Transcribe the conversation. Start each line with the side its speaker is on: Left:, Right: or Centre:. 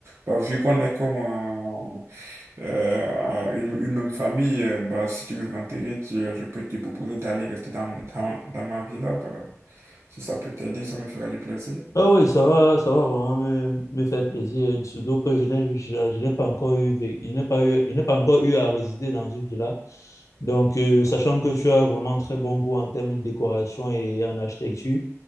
Right: bah, vu qu'on est comme euh, euh, une, une même famille, euh, bah, si tu veux rentrer, tu- je peux te proposer d'aller rester dans, dans, dans ma villa. bah. Si ça peut t'aider, ça me fera du plaisir.
Left: Ah oui, ça va, ça va vraiment me, me faire plaisir. Surtout que je n'ai, je, je n'ai pas encore eu, vé- je n'ai pas eu, je n'ai pas encore eu à résider dans une villa. Donc, euh, sachant que tu as vraiment très bon goût en termes de décoration et en architecture,